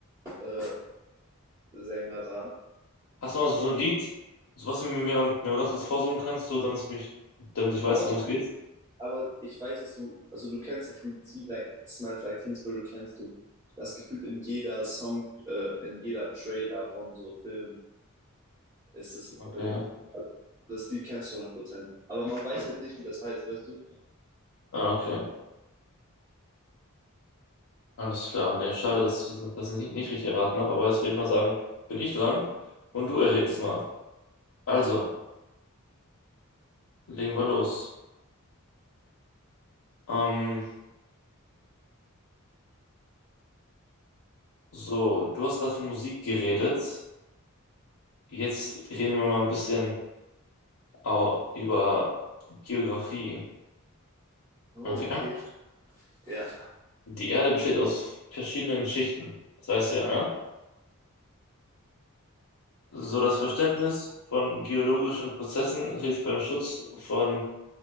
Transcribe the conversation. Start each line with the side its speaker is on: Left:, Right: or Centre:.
Right: äh, Sänger da.
Left: Hast du mal so so ein Lied, so was du mir, mir, mir mal ganz kurz vorsummen kannst, so, damit ich mich, damit ich
Right: Vorsicht,
Left: weiß, worum es geht?
Right: aber ich weiß, dass du, also du kennst das Lied Teen- like, Smells Like Teen Spirit, kennst du. Das gefühlt in jeder Song, äh, in jeder Trailer von so Filmen ist es
Left: Okay.
Right: drinne. Das Lied kennst du hundert Prozent. Aber man weiß halt nicht, wie das heißt, weißt du?
Left: Ah, okay. Alles klar. Nee, schade, dass ich das nicht, nicht richtig erraten habe, aber jetzt will ich mal sagen, bin ich dran und du errätst mal. Also, legen wir los. Ähm, so, du hast gerade von Musik geredet. Jetzt reden wir mal ein bisschen. Au- über Geografie.
Right: Oh,
Left: Okay.
Right: okay. Ja.
Left: Die Erde besteht aus verschiedenen Schichten. Das weißt du ja, ne? So das Verständnis von geologischen Prozessen hilft beim Schutz von,